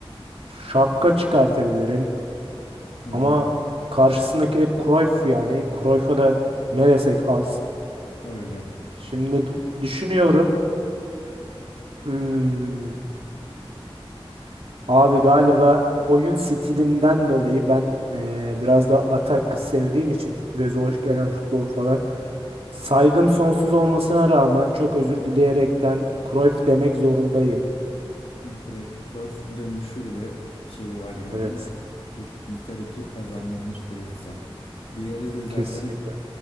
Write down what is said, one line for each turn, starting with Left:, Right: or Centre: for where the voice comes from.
Right: Şapka çıkartabilirim.
Left: Hı
Right: Ama
Left: hı.
Right: karşısındaki de Cruyff yani. Cruyff'a da ne desek az.
Left: Öyle.
Right: Şimdi d- düşünüyorum. Hmm, abi galiba oyun stilinden dolayı ben eee, biraz da atak sevdiğim için göze hoş gelen futbolu falan. Saygım sonsuz olmasına rağmen
Left: <laughs>
Right: çok özür
Left: Hı hı.
Right: dileyerekten Cruyff demek zorundayım.
Left: Direkt Cruyff dönüşü bile şeyi var yani.
Right: Evet,
Left: Bir literatür kazandırmış bir insan. Diğeri de zaten
Right: kesinlikle.